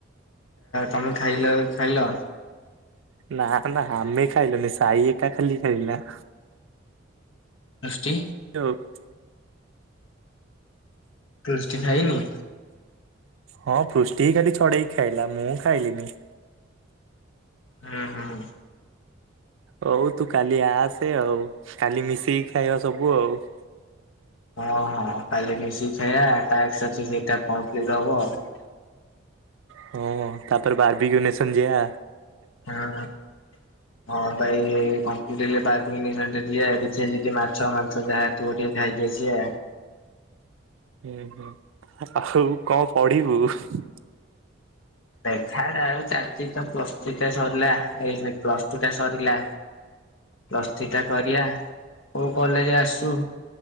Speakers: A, on the left; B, on the right.
A: ତମେ ଖାଇଲ ଖାଇଲ?
B: ନାଁ ନାଁ ଆମେ ଖାଇଲୁନି ସାଇ ଏକା ଖାଲି ଖାଇଲା।
A: <unintelligible>
B: ହଁ <unintelligible>
A: ପୃଷ୍ଟି ଖାଇନି?
B: ହଁ ପୃଷ୍ଟି ହିଁ ଖାଲି ଛଡେଇକି ଖାଇଲା, ମୁଁ ଖାଇଲିନି।
A: ହୁଁ ହୁଁ।
B: ହଉ ତୁ କାଲି ଆସେ ଆଉ, କାଲି ମିଶିକି ଖାଇବା ସବୁ ଆଉ।
A: ହଁ ହଁ କାଲି ମିଶିକି ଖାଇବା <unintelligible>
B: ହଁ ତାପରେ ବାର୍ବି ୟୁନେସନ୍ ଯିଆ।
A: ହଁ। <unintelligible> ହଁ ଭାଇ କଂପ୍ଲିଟ୍ ହେଲେ <unintelligible> ମାଛ ମାଂସ ଯାହା। ଥିବ ଟିକେ ଖାଇକି ଆସିବା।
B: ହୁଁ ହୁଁ, ଆଉ କଣ ପଢିବୁ?
A: ଦେଖାଯାଉ ଚାଲିଛି ତ ପ୍ଲସ୍ ଥ୍ରି ଟା ସରିଲା, ଏହେ ପ୍ଲସ ଟୁ ଟା ସରିଲା। ପ୍ଲଥ୍ରୀଟା କରିବା କୋଉ କଲେଜ ଆସୁ?